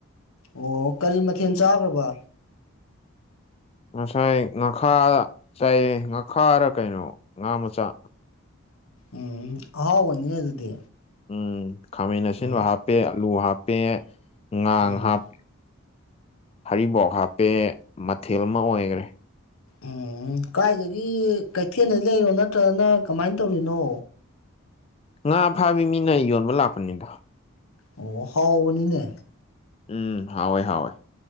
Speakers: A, on the left; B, on the left.
A: ꯑꯣ ꯀꯔꯤ ꯃꯊꯦꯜ ꯆꯥꯒ꯭ꯔꯕ
B: ꯉꯁꯥꯏ ꯉꯥꯈꯥ ꯆꯥꯏꯌꯦ ꯉꯥꯈꯥꯔ ꯀꯩꯅꯣ ꯉꯥ ꯃꯆꯥ
A: ꯎꯝ ꯑꯍꯥꯎꯕꯅꯤꯅꯦ ꯑꯗꯨꯗꯤ
B: ꯎꯝ ꯈꯥꯃꯦꯟ ꯑꯁꯤꯟꯕ
A: ꯎꯝ
B: ꯍꯥꯞꯄꯦ ꯑꯂꯨ ꯍꯥꯞꯄꯦ ꯉꯥꯡ
A: ꯎꯝ
B: ꯍꯥꯞ ꯍꯔꯤꯕꯣꯞ ꯍꯥꯞꯄꯦ ꯃꯊꯦꯜ ꯑꯃ ꯑꯣꯏꯒꯔꯦ
A: ꯎꯝ ꯀꯥꯏꯗꯒꯤ ꯀꯩꯊꯦꯜꯗ ꯂꯩꯔꯣ ꯅꯠꯇ꯭ꯔꯒꯅ ꯀꯃꯥꯏ ꯇꯧꯔꯤꯅꯣ
B: ꯉꯥ ꯐꯥꯕꯤ ꯃꯤꯅ ꯌꯣꯟꯕ ꯂꯥꯛꯄꯅꯤꯕ
A: ꯑꯣ ꯍꯥꯎꯕꯅꯤꯅꯦ
B: ꯎꯝ ꯍꯥꯎꯋꯦ ꯍꯥꯎꯋꯦ